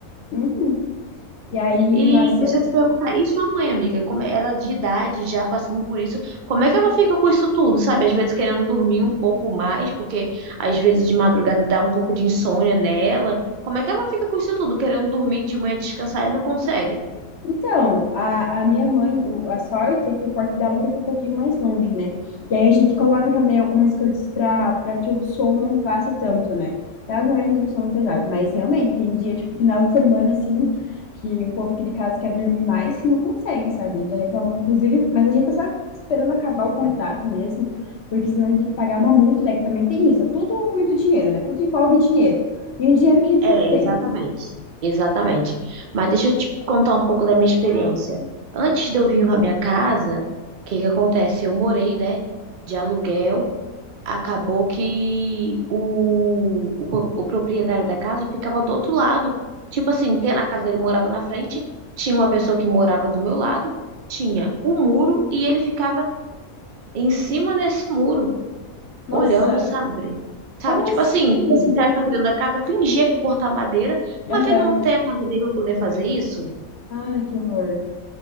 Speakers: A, on the left; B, on the right.
A: Uhum. E aí,
B: E
A: nossa,
B: deixa eu te perguntar, e sua mãe, amiga, como é- ela de idade já passando por isso, como é que ela fica com isso tudo, sabe? Às vezes querendo dormir um pouco mais, porque às vezes de madrugada dá um pouco de insônia nela. Como é que ela fica com isso tudo, querendo dormir de manhã descansar e não consegue?
A: Então, a, a minha mãe, o- a sorte é que o quarto dela fica um pouquinho mais longe, né? E aí a gente coloca também algumas coisas para para que o som não passe tanto, né? Ela também tem um sono pesado, mas realmente tem dia, tipo, final de semana, assim, que o povo aqui de casa quer dormir mais que não consegue, sabe? A gente já reclamou, inclusive, mas a gente tá só esperando acabar o contrato mesmo, porque senão a gente tem que pagar uma multa, né? Que também tem isso. É tudo muito dinheiro, né? Tudo envolve dinheiro. E um dinheiro que a gente
B: É,
A: não tem.
B: exatamente. Exatamente. Mas deixa eu te contar um pouco da minha experiência. Antes de eu vir para minha casa, o que que acontece? Eu morei, né, de aluguel acabou que o, o, pro- o proprietário da casa ficava do outro lado. Tipo assim, tem- na casa dele morava na frente, tinha uma pessoa que morava do meu lado, tinha o muro e ele ficava em cima desse muro,
A: Nossa,
B: olhando, sabe? Sabe,
A: como
B: tipo
A: assim?
B: assim, tipo assim, será que tá cuidando da casa? Fingia que ia cortar madeira, mas
A: Aham.
B: ele não tem a casa dele pra poder fazer isso?
A: Ai, que horror.